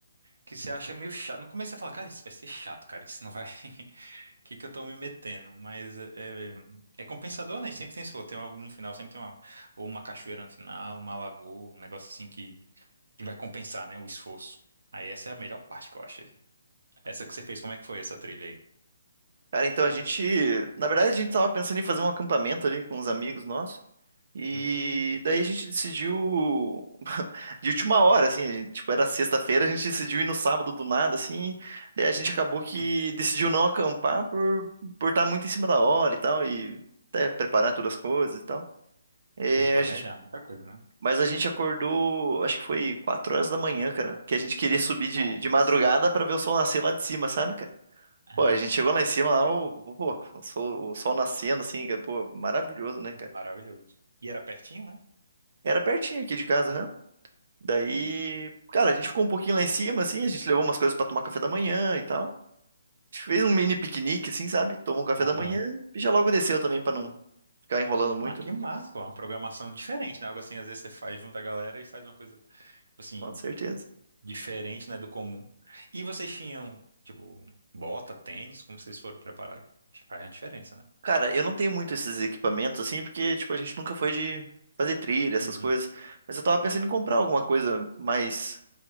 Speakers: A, on the right; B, on the right.
A: que você acha meio chato. No começo você fala, cara, isso vai ser chato, cara, isso não vai... que que eu tô me metendo? Mas é, é- é compensador, né? E Sempre tem, sei lá, tem algo no final, sempre tem uma, ou uma cachoeira no final, uma lagoa, um negócio assim que, que vai compensar, né? O esforço. Aí essa é a melhor parte que eu acho. assim. Essa que você fez, como é que foi essa trilha aí?
B: Cara, então a gente, na verdade a gente tava pensando em fazer um acampamento ali com uns amigos nossos. E
A: Hum,
B: daí a gente decidiu <laughs> de última hora, assim, a gente- tipo, era sexta-feira, a gente decidiu ir no sábado do nada, assim. Daí a gente acabou
A: <laughs>
B: que decidiu não acampar por por estar muito em cima da hora e tal e até preparar todas as coisas e tal. É,
A: é, tem que planejar
B: a gente,
A: muita coisa, né?
B: mas a gente acordou, acho que foi quatro horas da manhã, cara, que a gente queria subir
A: Nossa.
B: de, de madrugada pra ver o sol nascer lá de cima, sabe, cara?
A: Ah,
B: Pô, a gente chegou lá em cima, lá, o, pô, o sol, o sol nascendo, assim, cara, pô, maravilhoso, né,
A: pô,
B: cara?
A: maravilhoso. E era pertinho, né?
B: Era pertinho aqui de casa, né? Daí,
A: Sim.
B: cara, a gente ficou um pouquinho lá em cima, assim, a gente levou umas coisas pra tomar café da manhã e tal. A gente fez um mini piquenique, assim, sabe? Tomou um café
A: Aham.
B: da manhã e já logo desceu também pra não ficar enrolando muito,
A: Ah, que
B: né?
A: massa, pô, uma programação diferente, né? Algo assim, às vezes você faz junto a galera e faz uma coisa, tipo assim,
B: Com certeza.
A: diferente, né, do comum. E vocês tinham, tipo, bota, tênis, como vocês foram preparados? Que Faz a diferença, né?
B: Cara, eu não tenho muito esses equipamentos, assim, porque, tipo, a gente nunca foi de fazer trilha, essas
A: Uhum.
B: coisas. Mas eu tava pensando em comprar alguma coisa mais,